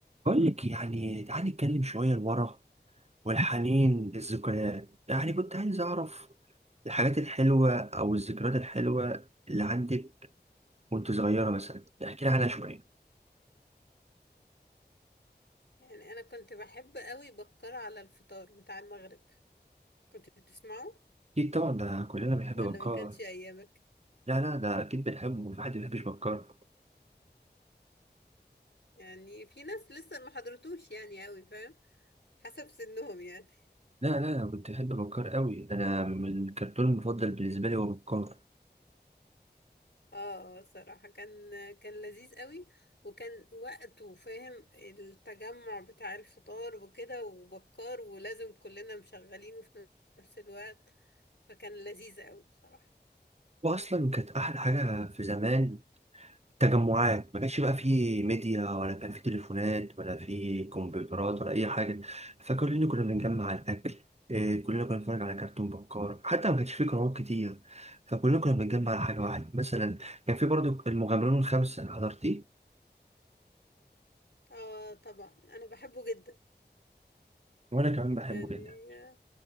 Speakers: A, on the right; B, on the left.
A: بقول لك يعني تعالي نتكلم شوية لورا والحنين للذكريات يعني كنت عايز أعرف الحاجات الحلوة أو الذكريات الحلوة اللي عندك وأنت صغيرة مثلا احكي لي عنها شوية
B: يعني انا كنت بحب قوي بكر على الفطار بتاع المغرب كنت بتسمعه
A: أكيد طبعا ده كلنا بنحب
B: ولا
A: بكار
B: ما كانش ايامك
A: لا لا ده أكيد بنحبه وفي حد ما بيحبش بكار
B: يعني في ناس لسه ما حضرتوش يعني قوي فاهم حسب سنهم يعني
A: لا لا أنا كنت بحب بكار قوي أنا من الكرتون المفضل بالنسبة لي هو بكار
B: اه آه، صراحة كان كان لذيذ قوي وكان وقته فاهم التجمع بتاع الفطار وكده وبكار ولازم كلنا مشغلينه في نفس الوقت فكان لذيذ قوي بصراحة
A: وأصلا كانت أحلى حاجة في زمان تجمعات ما كانش بقى فيه ميديا ولا كان فيه تليفونات ولا فيه كمبيوترات ولا اي حاجه فكلنا كنا بنجمع الاكل إيه، كلنا كنا بنتفرج على كرتون بكار حتى ما كانش فيه قنوات كتير فكلنا كنا بنجمع على حاجه واحده مثلا كان فيه برضو المغامرون الخمسه حضرتيه
B: اه طبعا انا بحبه جدا
A: وانا كمان بحبه
B: يعني
A: جدا
B: آه،